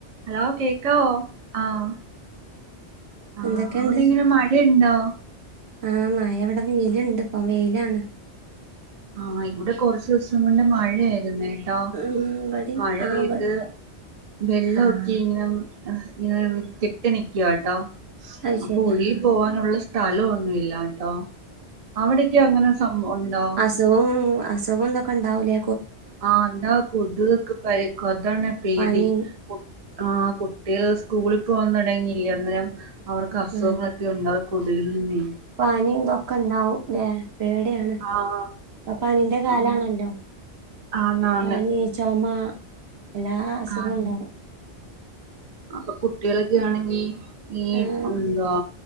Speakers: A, on the right; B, on the right.
A: Hello കേക്കാവോ ആഹ്. ആഹ്
B: എന്തൊക്കെണ്ട്
A: അവിടെ ഇങ്ങനെ മഴ ഇണ്ടോ?
B: ആഹ് മയ ഇവിടെ വെയില്ണ്ട് ഇപ്പം വെയിലാണ്
A: ആഹ് ഇവിടെ കൊറച്ച് ദിവസം മുന്നേ മഴയായിരുന്നേ <unintelligible>
B: ഉം ഇവടിം
A: മഴ
B: ആഹ്
A: പെയ്ത് വെള്ളൊക്കെ
B: ആഹ്
A: ഇങ്ങ് ആഹ് ഇങ്ങനെ കെട്ടി നിക്കുവാട്ടോ
B: അത് ശരി
A: അപ്പൊ ഒഴി
B: ആഹ്
A: പോവാൻ അങ്ങനൊള്ള സ്ഥലൊന്നു ഇല്ലാട്ടോ അവിടക്കെ അങ്ങനെ സം ഒണ്ടോ
B: <unintelligible> അസുഖോ ഇതൊക്കെ ഇണ്ടാവൂലേ
A: ആഹ് എന്താ കൊതുകക്കെ പരക്കും അതാണാ പേടി
B: പനി
A: കുട് ആഹ് കുട് കുട്ടികള് സ്കൂളിൽ പോകൻ തൊടങ്ങിയില്ലേ അന്നേരം അവർക്ക് അസുഖങ്ങളൊക്കെ
B: ആഹ്
A: ഒണ്ടാവും കൊതുകിൽ നിന്നെ
B: പനി ഇതൊക്കെ ഇണ്ടാവും ല്ലെ പേടിയാണ്
A: ആഹ്
B: ഇപ്പ പനിന്റെ കാലാണല്ലോ
A: ആണ് ആണാണ്
B: പനി ചൊമ എല്ലാ അസുഖവും
A: ആണ്
B: ഇണ്ടാവും
A: അപ്പൊ കുട്ടികളൊക്കെ ആണെങ്കി ഈ
B: ആഹ്
A: എന്താ